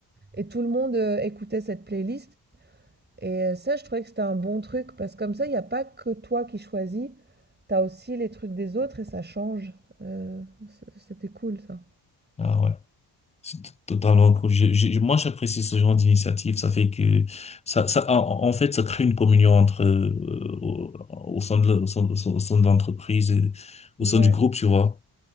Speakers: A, on the right; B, on the left.
A: et tout le monde euh, écoutait cette playlist. Et euh, ça, je trouvais que c'était un bon truc, parce que comme ça, il n'y a pas que toi qui choisis, t'as aussi les trucs des autres et ça change. Euh, c- c'était cool ça.
B: Ah, ouais. C'est totalement cool. Je- je- moi, j'apprécie ce genre d'initiative. Ça fait que ça, ça, en en fait, ça crée une communion entre euh, au, au sein de, le- au sein, de, au sein- au sein de l'entreprise, et
A: Ouais,
B: au sein du groupe, tu vois.